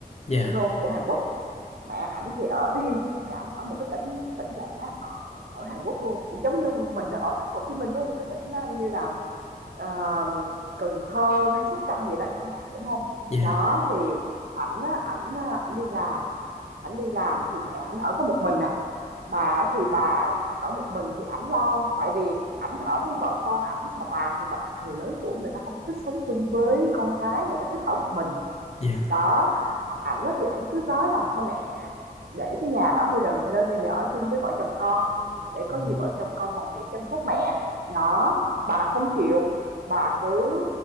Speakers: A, on the left; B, on the right.
A: dạ
B: thủ đô của Hàn Quốc mẹ ảnh thì ở riêng mẹ ảnh ở một cái tỉnh tỉnh lẻ ở, ở Hàn Quốc luôn cũng giống như mình ở thành phố Hồ Chí Minh với một cái tỉnh đó như là ờ, Cần Thơ hay Sóc Trăng gì đó chẳng hạn đúng không
A: dạ
B: đó thì ảnh á, ảnh à, ảnh đi làm ảnh đi làm thì mẹ ảnh ở có một mình nè bà thì bà ở một mình thì ảnh lo tại vì ảnh ở với vợ con ảnh mà bà thì bà, người lớn tuổi người ta không có thích sống chung với con cái người ta thích ở một mình
A: dạ
B: đó mà ảnh á thì ảnh cứ nói là thôi mẹ để cái nhà đó đi rồi mẹ lên đây mẹ ở chung với vợ chồng con để có
A: ồ
B: gì vợ chồng con còn tiện chăm sóc mẹ đó bà không chịu bà cứ